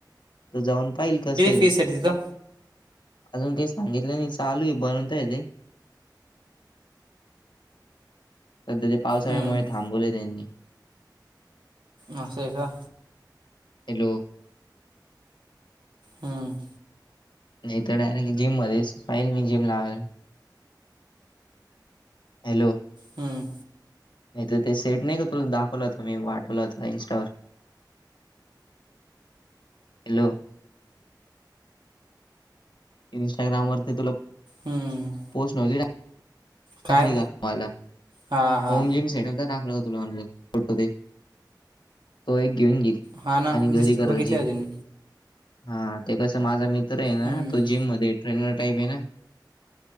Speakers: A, on the left; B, on the right.
A: तो जाऊन पाहिल कसं आहे.
B: फीस तिथं
A: अजून काही सांगितलं नाही चालू आहे बनवताय ते सध्या ते पावसाळ्यामुळे
B: हम्म.
A: थांबवले त्यांनी
B: असं आहे का?
A: हॅलो!
B: हम.
A: नाही तर डायरेक्ट जिम मध्येच पाहिल मी जिम लावेल. हॅलो!
B: हम्म.
A: नाही तर ते सेट नाही का तु दाखवलं होत मी वाठवलं होता इन्स्टावर हॅलो! इंस्टाग्राम वरती तुला
B: हम्म.
A: पोस्ट नव्हती...
B: काय
A: टली का मला?
B: हा हा
A: होम जिम सेट दाखला हो तुला ऑलान, फोटो ते.. तो एक घेऊन घील
B: हा ना
A: आणि
B: दिस
A: घरी करल
B: बघितले
A: जिम
B: होते मी
A: हा.. ते कसं माझा मित्र आहे ना
B: हम्म.
A: तो जिम मध्ये ट्रेनर टाईप आहे ना